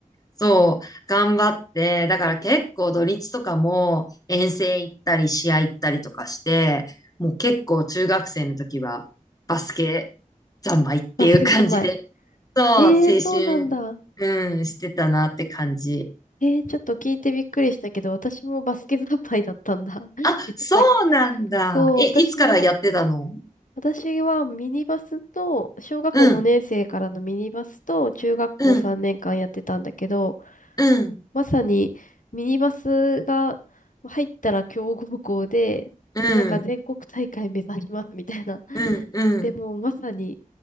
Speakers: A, on the left; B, on the left.
A: そう、頑張って、だから結構土日とかも遠征行ったり試合行ったりとかして、もう結構中学生の時はバスケ三昧っていう感じで、
B: バスケ三昧。
A: そう、
B: えー、
A: 青春、
B: そうなんだ。
A: うん、してたなって感じ。
B: えー、ちょっと聞いてびっくりしたけど、私もバスケ三昧だったんだ。<laughs>
A: あ、
B: 実は。
A: そうなんだ。
B: そう、
A: え、
B: 私も、
A: いつからやってたの
B: 私はミニバスと、小学校5年生からのミニバスと、
A: うん、
B: 中学校3年間やってたんだけど、
A: うん、うん、
B: まさにミニバスが入ったら強豪校で、
A: うん、
B: なんか全国大会目指しますみたいな。
A: うん、うん。
B: でもうまさに、